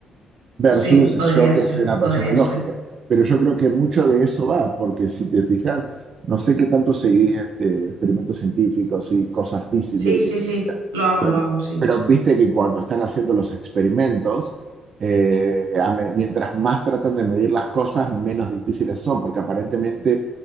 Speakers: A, on the right; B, on the right.
A: versus
B: sí, podría
A: yo que
B: ser,
A: soy una
B: podría
A: persona lógica.
B: ser,
A: Pero yo creo que mucho de eso va, porque si te fijas, no sé qué tanto seguís este, experimentos científicos y cosas físicas,
B: sí,
A: de- de-
B: sí, sí, lo hago,
A: pero,
B: lo hago, sí,
A: pero viste que cuando están haciendo los experimentos, eh, a me- mientras más tratan de medir las cosas, menos difíciles son, porque aparentemente